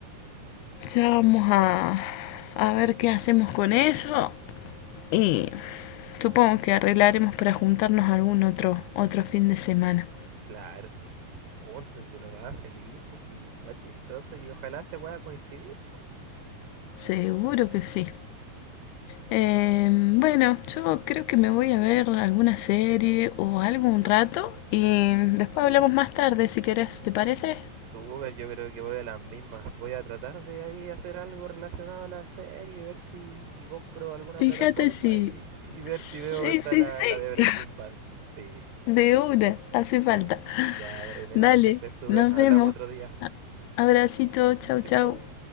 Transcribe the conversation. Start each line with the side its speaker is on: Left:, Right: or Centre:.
Left: Ya vamos a, a ver qué hacemos con eso y supongo que arreglaremos para juntarnos algún otro, otro fin de semana.
Right: Claro, sí, sí, júntense nomás, felices y más chistoso y ojalá se pueda coincidir, po.
Left: Seguro que sí. Eh, bueno, yo creo que me voy a ver alguna serie o algo un rato y después hablamos más tarde si querés, ¿te parece?
Right: Super, yo creo que voy a las mismas. Voy a tratar de ahí hacer algo relacionado a la serie, ver si, si compro alguna
Left: Fíjate
Right: plataforma
Left: si...
Right: y, y ver
Left: Sí,
Right: si veo esta,
Left: sí,
Right: la,
Left: sí.
Right: la de Breaking Bad. Sí,
Left: De una, hace
Right: sí.
Left: falta.
Right: Ya, Merenela,
Left: Dale,
Right: que estés súper.
Left: nos
Right: Hablamos
Left: vemos.
Right: otro día.
Left: A- Abracito, chau, chau.
Right: Chau, chau.